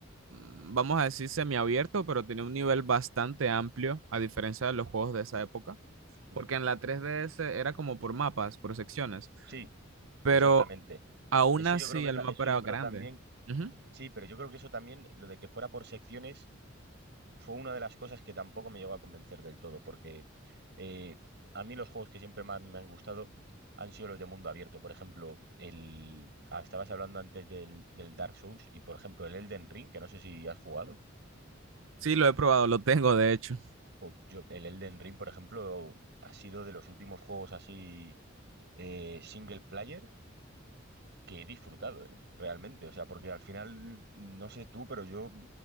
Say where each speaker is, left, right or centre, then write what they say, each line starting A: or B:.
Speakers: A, on the right (about 80°); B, on the right (about 60°).
A: mm, vamos a decir semiabierto, pero tiene un nivel bastante amplio, a diferencia de los juegos de esa época,
B: ¿Mm?
A: porque en la 3DS era como por mapas, por secciones,
B: Sí,
A: pero
B: exactamente.
A: aún
B: Eso
A: así
B: yo creo que
A: el
B: ta-
A: mapa
B: eso
A: era
B: yo creo
A: grande.
B: también,
A: Ujú.
B: sí, pero yo creo que eso también, lo de que fuera por secciones, fue una de las cosas que tampoco me llegó a convencer del todo, porque eh, a mí los juegos que siempre más me han gustado han sido los de mundo abierto. Por ejemplo, el ah, estabas hablando antes del, del Dark Souls y por ejemplo el Elden Ring, que no sé si has jugado.
A: Sí, lo he probado, lo tengo de hecho.
B: O yo, el Elden Ring, por ejemplo, ha sido de los últimos juegos así eh, single player que he disfrutado, ¿eh? Realmente. O sea, porque al final, no sé tú, pero yo